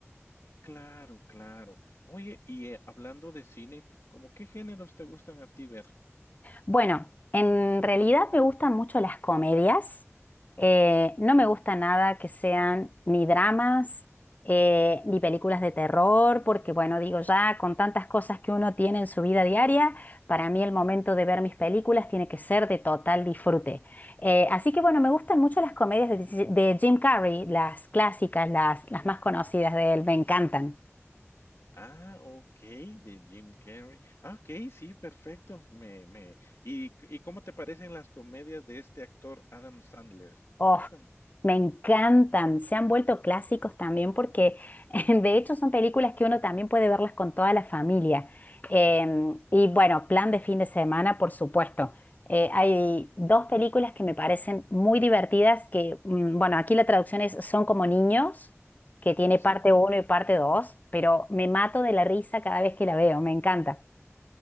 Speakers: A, on the left; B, on the left.
A: Claro, claro. Oye, y, eh, hablando de cine, ¿cómo qué géneros te gustan a ti ver?
B: Bueno, en realidad me gustan mucho las comedias. Eh, no me gusta
A: Ujú.
B: nada que sean ni dramas, eh, ni películas de terror, porque bueno, digo ya, con tantas cosas que uno tiene en su vida diaria, para mí el momento de ver mis películas tiene que ser de total disfrute. Eh, así que bueno, me gustan mucho las comedias de, de Jim Carrey, las clásicas, las, las más conocidas
A: Ah,
B: de él, me encantan.
A: ah, de Jim Carrey. Ah, okey, sí, perfecto. Me me ¿y c- y cómo te parecen las comedias de este actor Adam Sandler?
B: Oh,
A: ¿Te gustan?
B: me encantan. Se han vuelto clásicos también porque <laughs> de hecho son películas que uno también puede verlas con toda la familia. Em, y bueno, plan de fin de semana, por supuesto. Eh, hay
A: Ujú.
B: dos películas que me parecen muy divertidas que, mm, bueno, aquí la traducción es Son como niños, que tiene parte
A: Sí, claro.
B: uno y parte dos, pero me mato de la risa cada vez que la veo, me encanta.